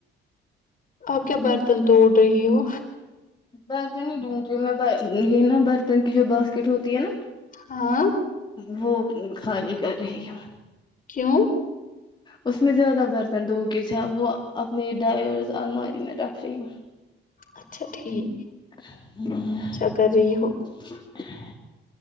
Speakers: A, on the left; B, on the left.
A: آپ کیا برتن توڑ رہی ہو
B: بس نہیں ڈھونڈ رہی میں یہ نا برتن کی جو باسکٹ ہوتی ہے نا
A: ہاں
B: وہ خالی کر رہی ہوں
A: کیوں
B: اس میں زیادہ برتن دھو کے تھ وہ اپنے ڈائرز الماری میں رکھ رہی ہوں
A: اچھا ٹھیک
B: ہ
A: اچھا کر رہی ہو